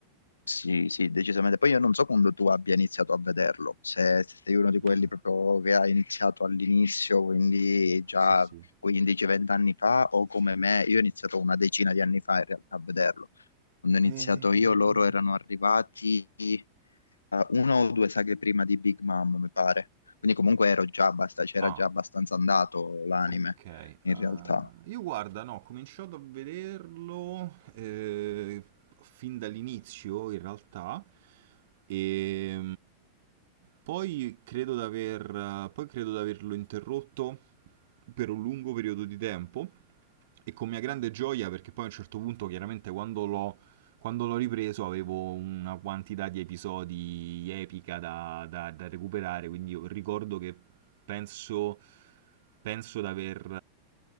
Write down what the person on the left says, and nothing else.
Sì, sì, decisamente. Poi io non so quando
tu abbia iniziato a vederlo, se, se sei uno di quelli
proprio che ha iniziato all'inizio, quindi già
15-20 anni fa, o come
me, io ho iniziato una decina di anni fa in realtà a vederlo. Quando ho iniziato
io, loro erano arrivati eh, una o due saghe prima di Big Mom, mi pare. Quindi comunque ero già abbast- c'era
già abbastanza andato l'anime,
in
realtà.